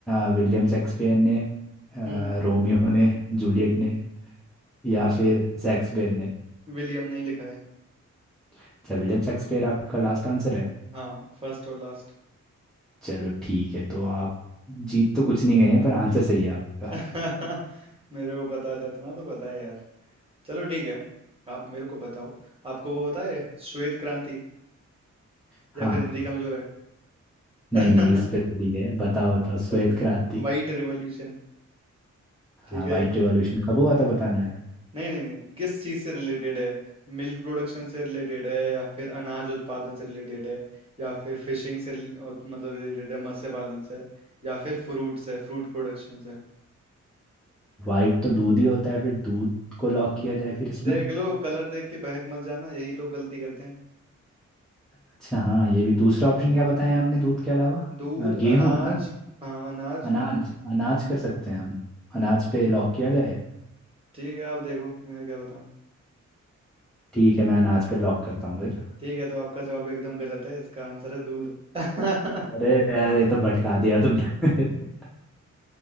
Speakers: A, in the centre; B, on the right (about 20°).
A: अ, विलियम शेक्सपियर ने अ,
B: हम्म
A: रोमियो ने जूलियट
B: हम्म,
A: ने या फिर शेक्सपियर ने
B: विलियम नहीं लिखा है
A: अच्छा विलियम शेक्सपियर आपका लास्ट आंसर है
B: हाँ फर्स्ट और लास्ट
A: चलो ठीक है तो आप जीत तो कुछ नहीं गए हैं पर आंसर सही है आपका
B: <laughs> मेरे को पता था इतना तो पता है यार चलो ठीक है आप मेरे को बताओ आपको वो पता है श्वेत क्रांति
A: हाँ
B: या फिर हिंदी कमजोर है <laughs>
A: नहीं नहीं इस पे तो दी है बताओ बताओ श्वेत
B: चलो
A: क्रांति
B: White revolution ठीक
A: हाँ
B: है
A: व्हाइट रिवॉल्यूशन कब हुआ
B: हाँ।
A: था बताना है
B: नहीं नहीं नहीं किस चीज से रिलेटेड है मिल्क प्रोडक्शन से रिलेटेड है या फिर अनाज उत्पादन से रिलेटेड है या फिर फिशिंग से रिल- उत- मतलब रिलेटेड है मत्स्य पालन से या फिर फ्रूट से फ्रूट प्रोडक्शन से
A: वाइट तो दूध ही होता है फिर दूध को लॉक किया जाए फिर इसमें
B: देख लो कलर देख के बहक मत जाना यही लोग गलती करते
A: अच्छा हाँ ये भी दूसरा ऑप्शन क्या बताया आपने दूध के अलावा
B: दूध
A: अ, गेहूं
B: अनाज
A: ना
B: हाँ अनाज
A: अनाज
B: न-
A: अनाज
B: न-
A: कर सकते हैं हम अनाज पे लॉक किया जाए
B: ठीक है आप देखो मैं क्या बताऊं
A: ठीक है मैं अनाज पे लॉक करता हूँ फिर
B: ठीक है तो आपका जवाब एकदम गलत है इसका आंसर है दूध <laughs>
A: अरे यार ये तो भटका दिया तुमने <laughs>